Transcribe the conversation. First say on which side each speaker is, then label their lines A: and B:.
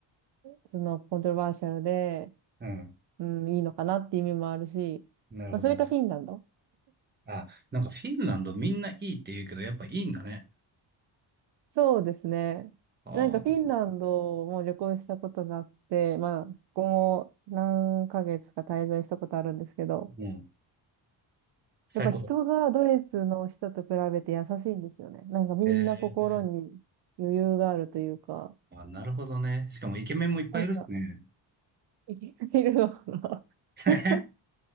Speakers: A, on the right; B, on the right.
A: そのコントロバーシャルで、
B: うん。
A: うん、いいのかなっていう意味もあるし、
B: なるほどね。
A: まあそれかフィンランド。
B: あ、なんかフィンランドみんないいって言うけど、やっぱいいんだね。
A: そうですね。
B: ああ。
A: なんかフィンランドも旅行したことがあって、まあ、そこも何ヶ月か滞在したことあるんですけど、
B: うん。最高だ。
A: やっぱ人がドイツの人と比べて優しいんですよね。なんかみんな心に余裕があるというか、
B: ええあ、なるほどね。しかもイケメンもいっぱいいるしね。
A: なんか生きているのかな
B: <laughs>
A: <laughs>